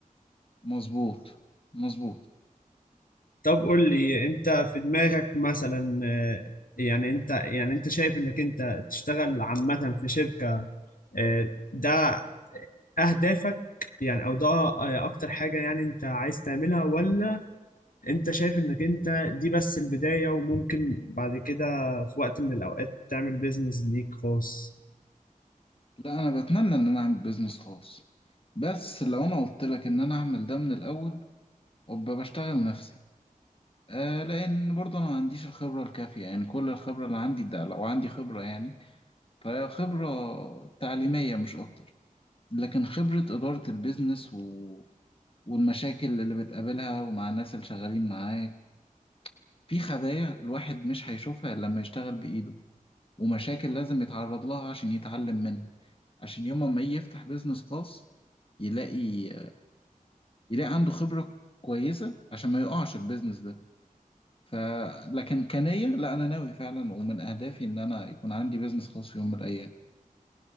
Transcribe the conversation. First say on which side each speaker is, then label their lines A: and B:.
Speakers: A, on the left; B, on the left.
A: مظبوط مظبوط
B: طب قول لي أنت في دماغك مثلا آه، يعني أنت يعني أنت شايف إنك أنت تشتغل عامة في شركة ده اهدافك يعني او ده اكتر حاجة يعني انت عايز تعملها ولا انت شايف انك انت دي بس البداية وممكن بعد كده في وقت من الاوقات تعمل بيزنس ليك خاص
A: لا انا بتمنى ان انا اعمل بيزنس خاص بس لو انا قلت لك ان انا اعمل ده من الاول ابقى بشتغل نفسي آه لان برضه انا ما عنديش الخبره الكافيه يعني كل الخبره اللي عندي ده لو عندي خبره يعني فهي خبره تعليميه مش اكتر لكن خبره اداره البيزنس و... والمشاكل اللي بتقابلها ومع الناس اللي شغالين معاك في خبايا الواحد مش هيشوفها الا لما يشتغل بايده ومشاكل لازم يتعرض لها عشان يتعلم منها عشان يوم ما يجي يفتح بيزنس خاص يلاقي يلاقي عنده خبرة كويسة عشان ما يقعش البيزنس ده ف لكن كنية لا أنا ناوي فعلا ومن أهدافي إن أنا يكون عندي بيزنس خاص في يوم من الأيام